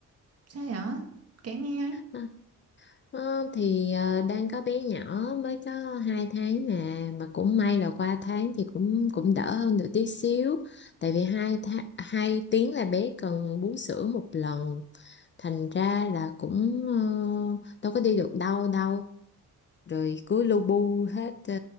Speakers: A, on the right; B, on the left.
A: Sao vậy? Kể nghe ấy.
B: À, ờ, thì ờ, đang có bé nhỏ mới có 2 tháng nè, mà cũng may là qua tháng thì cũng cũng đỡ hơn được tí xíu. Tại vì hai tháng, hai tiếng là bé cần bú sữa một lần. Thành ra là cũng ờ, đâu có đi được đâu đâu rồi cứ lu bu hết ờ,